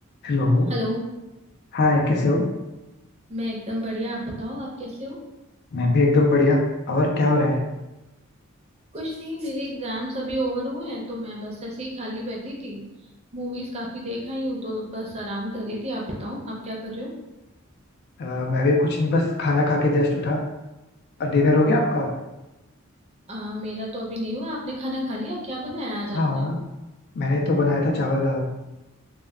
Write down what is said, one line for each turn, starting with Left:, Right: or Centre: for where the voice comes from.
Left: Hello
Right: Hello
Left: Hi कैसे हो
Right: मैं एकदम बढ़िया आप बताओ आप कैसे हो
Left: मैं भी एकदम बढ़िया और क्या हो रहा है
Right: कुछ नहीं मेरे एग्जाम्स अभी ओवर हुए हैं तो मैं बस ऐसे ही खाली बैठी थी मूवीज काफी देख आई हूँ तो बस आराम कर रही थी आप बताओ आप क्या कर रहे हो
Left: अ, मैं भी कुछ नहीं बस खाना खा के जस्ट उठा डिनर हो गया आपका
Right: आ, मेरा तो अभी नहीं हुआ आपने खाना खा लिया क्या बनाया आज आपने
Left: हाँ हाँ मैंने तो बनाया था चावल दाल